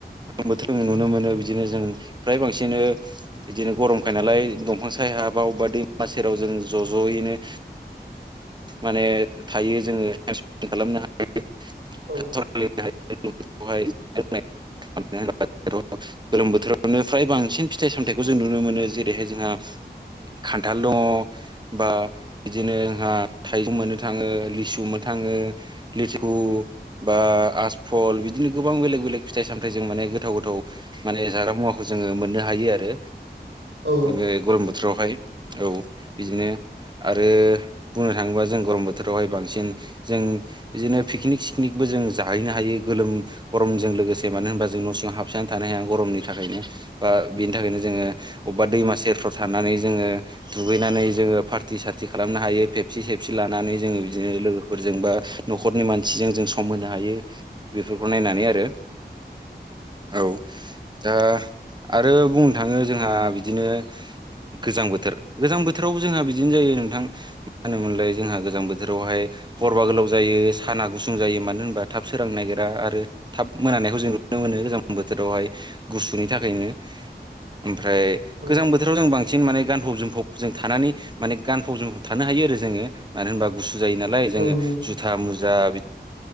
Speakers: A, on the right (about 25°); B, on the right (about 85°).
A: बोथों नुनो मोनो बिदिनो जों फ्राय बांसिन बिदिनो गरम उफाय नालाय दंफां साय हाबाव बा दैमा सेराव जों ज जयैनो माने थायो जोङो टाइम स्पेन्ड खालामनो हायो <unintelligible>
B: औ
A: <unintelligible> गोलोम बोथोरावनो फ्राय बांसिन फिथाइ सामथायाइखौ जों नुनो मोनो जेरैहाय जोंहा खान्थाल दङ बा बिदिनो जोंहा थाइगं मोननो थाङो लिसु मोननो थाङो। लिरफु बा आसफल बिदिनो गोबां बेलेग बेलेग फिथाइ सामथायाइजों माने गोथाव गोथाव माने जाग्रा मुवाखौ जोङो मोननो हायो आरो।
B: औ
A: बे गरम बोथोरावहाय औ बिदिनो आरो बुंनो थाङोबा जों गरम बोथोरावहाय बांसिन जों बिदिनो पिकनिक सिकनिकबो जों जाहैनो हायो गोलोम गरमजों लोगोसे मानो होनबा जों न' सिङाव हाबसोननानै थानो हाया गरमनि थाखायनो बा बेनि थाखायनो जोङो अबेबा दैमा सेरफ्राव थानानै जोङो दुगैनानै जोङो पार्टि सार्टि खालामनो हायो खेबसे खेबसे लानानै जोङो बिदिनो लोगोफोरजों बा न'खरनि मानसिजों जों सम होनो हायो बेफोरखौ नायनानै आरो औ दा आरो बुंनो थाङो जोंहा बिदिनो गोजां बोथोर गोजां बोथोरावबो जोंहा बिदिनो जायो नोंथां मा होनोमोनलाय जोंहा गोजां बोथोरावहाय हरबा गोलाव जायो साना गुसुं जायो मानो होनबा थाब सोरां नायगिरा आरो थाब मोनानायखौ जों नुनो मोनो गोजां बोथोरावहाय गुसुनि थाखायनो ओमफ्राय
B: औ
A: गोजां बोथोराव जों बांसिन माने गानफब जोमफब जों थानानै माने गानफब जोमफब थानो हायो आरो जोङो मानो होनबा गुसु जायो नालाय जोङो
B: औ नंगौ
A: जुथा मुजा बि